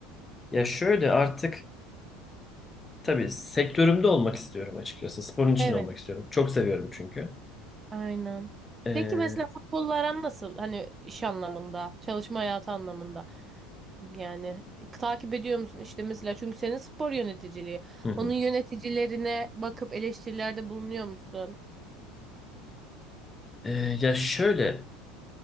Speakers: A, on the left; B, on the right.
A: Ya şöyle artık tabii sektörümde olmak istiyorum açıkçası. Sporun içinde
B: Evet.
A: olmak istiyorum. Çok seviyorum çünkü.
B: Aynen.
A: Ee,
B: Peki mesela futbolla aran nasıl? Hani iş anlamında, çalışma hayatı anlamında. Yani takip ediyor musun işte mesela çünkü senin spor yöneticiliği.
A: hı hı.
B: Onun yöneticilerine bakıp eleştirilerde bulunuyor musun?
A: Ee, ya şöyle